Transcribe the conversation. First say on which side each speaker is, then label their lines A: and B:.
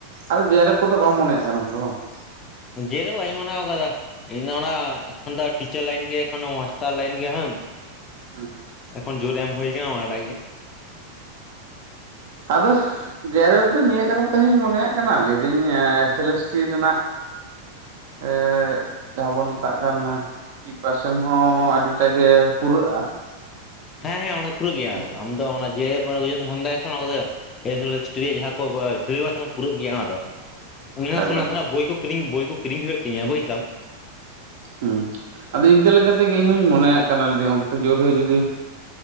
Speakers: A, on the right; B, on the left.
A: ᱟᱫᱚ ᱡᱮ ᱟᱨ ᱮᱯᱷ ᱠᱚᱫᱚ ᱵᱟᱢ ᱢᱚᱱᱮᱭᱟᱜ ᱠᱟᱱᱟ ᱟᱢ ᱫᱚ ᱵᱟᱝ ᱾
B: ᱱᱤᱡᱮ ᱫᱚ ᱵᱟᱹᱧ ᱢᱟᱱᱟᱣ ᱠᱟᱫᱟ᱾ ᱤᱧ ᱫᱚ ᱚᱱᱟ ᱮᱠᱷᱚᱱ ᱫᱚ ᱴᱤᱪᱟᱨ ᱞᱟᱭᱤᱱ ᱜᱮ ᱮᱠᱷᱚᱱ ᱫᱚ ᱢᱟᱥᱴᱟᱨ ᱞᱟᱭᱤᱱ ᱜᱮ ᱦᱩᱢ
A: ᱩᱸ
B: ᱮᱠᱷᱚᱱ ᱡᱳᱨ ᱮᱢ ᱦᱩᱭ ᱟᱠᱟᱱᱟ ᱚᱱᱟᱴᱟᱜ ᱜᱮ᱾
A: ᱟᱵᱮ ᱜᱮᱨᱮᱵᱽ ᱫᱚ ᱱᱤᱭᱟᱹ ᱠᱟᱨᱚᱱ ᱛᱮᱦᱩᱧ ᱢᱚᱱᱮᱭᱟᱜ ᱠᱟᱱᱟ ᱞᱟᱹᱭ ᱫᱤᱧ ᱮᱥ ᱮᱞ ᱮᱥ ᱴᱤ ᱨᱮᱱᱟᱜ ᱮᱸ ᱡᱟᱦᱟᱸ ᱵᱚᱱ ᱢᱮᱛᱟᱜ ᱠᱟᱱ ᱚᱱᱟ ᱦᱩᱸ ᱯᱟᱥᱮᱱ ᱦᱚᱸ ᱟᱹᱰᱤᱴᱟ ᱜᱮ ᱯᱩᱨᱟᱹᱜᱼᱟ ᱾
B: ᱦᱮᱸ ᱚᱱᱟ ᱫᱚ ᱯᱩᱨᱟᱹᱜ ᱜᱮᱭᱟ
A: ᱮᱥ
B: ᱟᱢᱫᱚ ᱚᱱᱟ ᱡᱮ F <unintelligible> S L S T ᱡᱟᱦᱟᱸ ᱠᱚ ᱥᱤᱞᱮᱵᱟᱥ ᱢᱟ ᱯᱩᱨᱟᱹᱜ ᱜᱮᱭᱟ ᱚᱱᱟ ᱫᱚ ᱤᱧ ᱦᱚᱸ
A: ᱮᱠᱵᱟᱨᱮ
B: ᱱᱟᱥᱮᱱᱟᱜ ᱵᱳᱭ ᱠᱚ ᱠᱤᱨᱤᱧ ᱵᱳᱭ ᱠᱚ ᱠᱤᱨᱤᱧ ᱦᱩᱭᱩᱜ ᱛᱤᱧᱟᱹ ᱵᱩᱡᱽᱫᱟᱢ ᱾
A: ᱦᱩᱸ ᱟᱫᱚ ᱤᱱᱠᱟᱹ ᱞᱮᱠᱟ ᱛᱮᱜᱮ ᱤᱧᱦᱚᱧ ᱢᱚᱱᱮᱭᱟᱜ ᱠᱟᱱᱟ ᱞᱟᱫᱤᱧ ᱚᱱᱛᱮ ᱡᱳᱨ ᱦᱩᱭᱩ ᱡᱩᱫᱤᱼᱼ